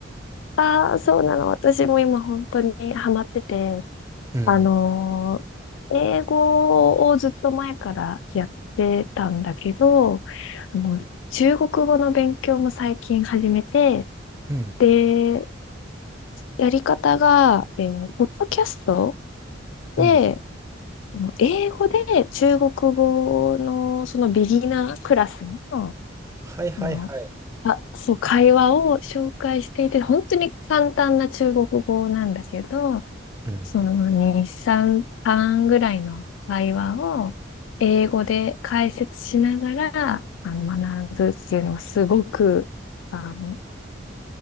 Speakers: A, on the left; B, on the right.
A: ああ、そうなの。私も今本当にハマってて、
B: うん、
A: あのー英語をずっと前からやってたんだけど、あの、中国語の勉強も最近始めて、
B: うん、
A: で、やり方が、えーポッドキャスト
B: うん。
A: で、あの英語で中国語のそのビギナークラスの
B: はいはいはい。
A: あの、あ、そう、会話を紹介していて、本当に簡単な中国語なんだけど、
B: うん、
A: その2、3、半ぐらいの会話を英語で解説しながら、あの、学ぶっていうのはすごく、あの、